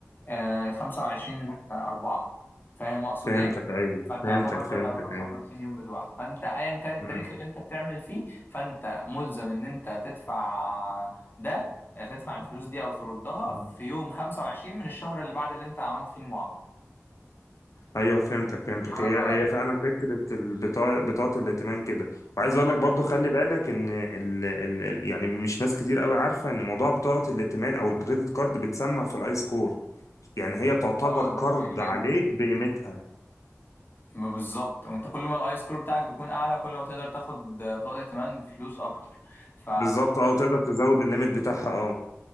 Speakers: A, on the left; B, on the left.
A: آه 25 4 فاهم اقصد
B: فهمتك
A: ايه
B: ايوه
A: فانت
B: فهمتك
A: يعتبر
B: فهمتك
A: بدأ على 55
B: ايوه
A: يوم بتوعك فانت ايا كان التاريخ
B: مم.
A: اللي انت بتعمل فيه فانت ملزم ان انت تدفع ده تدفع الفلوس دي او تردها
B: مم.
A: في يوم 25 من الشهر اللي بعد اللي انت عملت فيه المعامله
B: ايوه فهمتك فهمتك
A: حركة
B: هي هي فعلا فكره البطاقه بطاقه الائتمان كده وعايز
A: مم.
B: اقول لك برضو خلي بالك ان ال... ال... ال- يعني مش ناس كتير قوي عارفه ان موضوع بطاقه الائتمان او الكريدت كارد بتسمع في الاي سكور يعني هي تعتبر
A: اه
B: قرض
A: ده مهم جدا
B: عليك بقيمتها
A: ما بالظبط وانت كل ما الاي سكور بتاعك بيكون اعلى كل ما تقدر تاخد بطاقه ائتمان بفلوس اكتر ف
B: بالظبط اه وتقدر تزود الليميت بتاعها اه